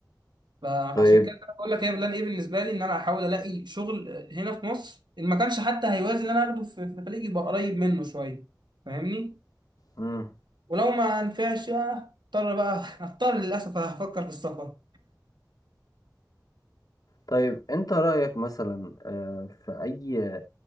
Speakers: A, on the right; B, on the left.
A: ف- فعشان
B: طيب
A: كده انا بقول لك هي بلان ايه بالنسبه لي ان انا احاول الاقي شغل هنا في مصر ان ما كانش حتى هيوازي اللي انا اخده في في الخليج يبقى قريب منه شويه فاهمني
B: مم.
A: ولو ما نفعش آه، اضطر بقى <laughs> اضطر للاسف هفكر في السفر
B: طيب انت رأيك مثلا آه، في اي